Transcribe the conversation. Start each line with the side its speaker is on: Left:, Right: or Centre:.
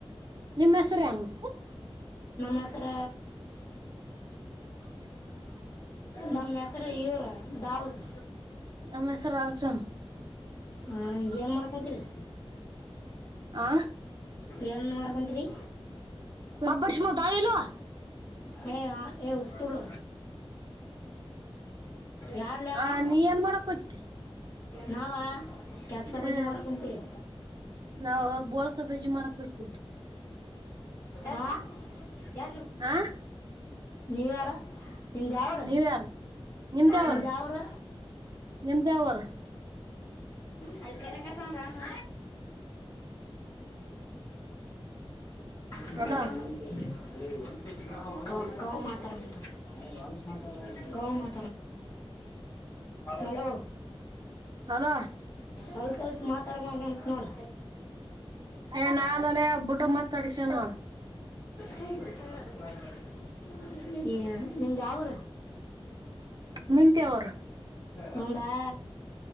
Right: ನಿಮ್ಮ ಹೆಸರ ಏನು
Left: ಹೆಸರ ನಮ್ಮ ಹೆಸರ ಈಥರ ಇವರು ದಾವುದ್
Right: ನಮ್ಮ ಹೆಸರು ಅರ್ಜುನ್
Left: ಹ ಹಿಗೆನ್ ಏನ್ ಮಾಡಾಕತ್ತೀರಿ ಅ
Right: ಆ
Left: ಏನ ಮಾಡೆಕೆಂತಿರಿ
Right: ಅಬ್ಬರ್ಷ ಮಗ ದಾವು ಇಲ್ಲ
Left: ಹ ಹ ಎವ ಸುಳ್ಳ ಯಾರಲೇ ಅವಾ
Right: ಆ ನೀ ಏನ್ ಮಾಡಕೋತಿ
Left: ನಾವಾ ಕೆತ್ತ
Right: ಹ್ಮ
Left: ಬಜೆ ಮಾಡಕಂತಿವಿ
Right: ನಾವ್ ಬೋಳ್ಸ ಬಜ್ಜಿ ಮಾಡಕ್ ಹೋಗ್ತೀವಿ
Left: ಹ ಯಾ
Right: ಹ್ಯಾ
Left: ನೀವು ಯಾರ ನಿಮ್ದ ಯಾವೂರ
Right: ನೀವ್ಯಾರ ನಿಮ್ದ ಯಾವರು
Left: ನಿಮ್ಮ ಯಾವೂರ
Right: ನಿಮ್ದ ಯಾವರು
Left: ಅಲ್ಲಿ ಕರೆತಳ ನೋಡು ಹ
Right: ಅಲೋ
Left: ಹಲೋ ಹಲೋ ಕಂವ ಕಂವ ಮಾತಾಡ್ಕತನ ಕೆಂವ ಮಾತಾಡಕತ್ತಾನ ಹಲೋ
Right: ಅಲೋ
Left: ಹೊಲ್ಸ ಹೋಲ್ಸ ಮಾತಾಡಬಾರದು ಅಂತ ನೋಡು
Right: ಏ ನಾಲಲೆ ಬುಡ್ಡ ಮಾತಾಡಿಸ ನೋಡ
Left: ಬುಡು ಈ ಯ ನಿಮ್ಮದು ಯಾವುರ
Right: ನಿಮ್ದ ಯಾವರು
Left: ನಮ್ಮದಾ